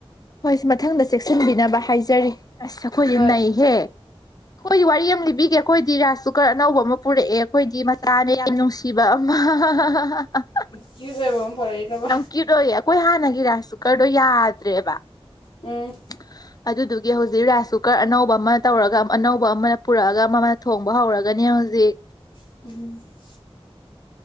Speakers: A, on the left; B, on the left.
A: ꯍꯣꯏ ꯃꯊꯪꯗ ꯆꯦꯛꯁꯤꯟꯕꯤꯅꯕ ꯍꯥꯏꯖꯔꯤ ꯑꯁ ꯑꯩꯈꯣꯏꯗꯤ
B: ꯍꯣꯏ
A: ꯅꯩꯍꯦ ꯑꯩꯈꯣꯏꯗꯤ ꯋꯥꯔꯤ ꯑꯃ ꯂꯤꯕꯤꯒꯦ ꯑꯩꯈꯣꯏꯗꯤ ꯔꯥꯏꯁ ꯀꯨꯀꯔ ꯑꯅꯧꯕ ꯑꯃ ꯄꯨꯔꯛꯑꯦ ꯑꯩꯈꯣꯏꯗꯤ ꯃꯆꯥꯅꯦ <unintelligible> ꯀꯤꯕ <unintelligible>
B: ꯀꯨꯏꯠ ꯑꯣꯏꯕꯥ ꯑꯃꯥ ꯄꯨꯛꯏꯔꯕ
A: ꯀꯨꯏꯇ ꯑꯣꯏ ꯑꯩꯈꯣꯏ ꯍꯥꯟꯅꯒꯤ ꯔꯥꯏꯁ ꯀꯨꯀꯔꯗꯣ ꯌꯥꯗ꯭ꯔꯦꯕ
B: ꯎꯝ
A: <inaudible> ꯑꯗꯨꯗꯨꯒꯤ ꯍꯧꯖꯤꯛ ꯔꯥꯏꯁ ꯀꯨꯀꯔ ꯑꯅꯧꯕ ꯑꯃ ꯇꯧꯔꯒ ꯑꯅꯧꯕ ꯑꯃꯅ ꯄꯨꯔꯛꯑꯒ ꯑꯃꯅ ꯊꯣꯡꯕ ꯍꯧꯔꯒꯅꯤ ꯍꯧꯖꯤꯛ
B: <inaudible>